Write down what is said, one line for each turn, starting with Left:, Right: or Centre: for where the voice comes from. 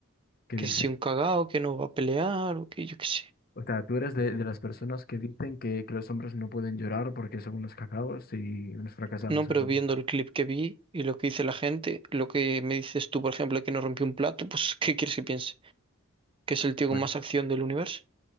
Left: ¿Qué
Right: que
Left: dice?
Right: es así un cagao, que no va a pelear o que yo qué sé.
Left: O sea, tú eres de, de las personas que dicen que, que los hombres no pueden llorar porque son unos cacaos y unos fracasados.
Right: No, pero
Left: Entonces,
Right: viendo el clip que vi y lo que dice la gente, lo que me dices tú, por ejemplo, que no rompió un plato, pues ¿qué quieres que piense? ¿Que es el tío con
Left: bueno,
Right: más acción del universo?